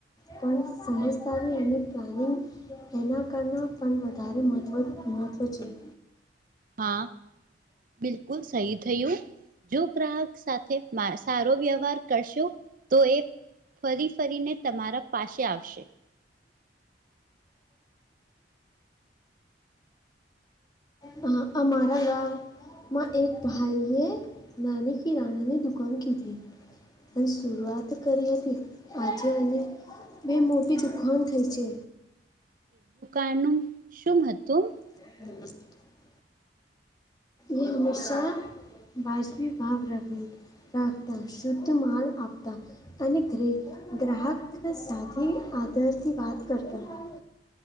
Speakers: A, on the left; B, on the right.
A: પણ સમજદારી એને પ્લાનિંગ, એના કરના પણ વધારે મહત્વ છે.
B: હા, બિલકુલ સહી થયું, જો ગ્રાહક સાથે સારો વ્યવહાર કરશો તો એ, ફરી ફરીને તમારા પાસે આવશે,
A: હા અમારા ગામ માં એક ભાઈ હે નાની કી નાની દુકાન કીધી. અને શરૂઆત કરીએ તી, આજે અને બે મોટી દુકાન થઈ છે.
B: એનું <unintelligible> શું હતું.
A: <inaudible> એ હંમેશા વાજબી ભાવ <unintelligible> રાખતા શુદ્ધ માલ આપતાં અને ગ્રે ગ્રાહક સાથે આધારથી વાત કરતા